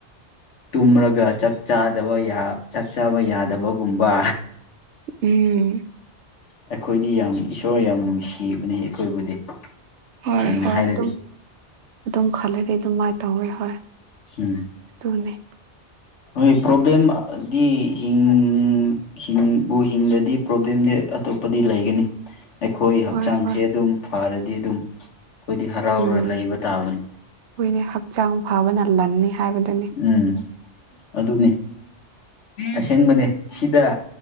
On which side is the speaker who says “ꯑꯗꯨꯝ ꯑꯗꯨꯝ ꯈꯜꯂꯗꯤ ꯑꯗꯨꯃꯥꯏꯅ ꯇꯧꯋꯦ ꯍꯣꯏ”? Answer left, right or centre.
Right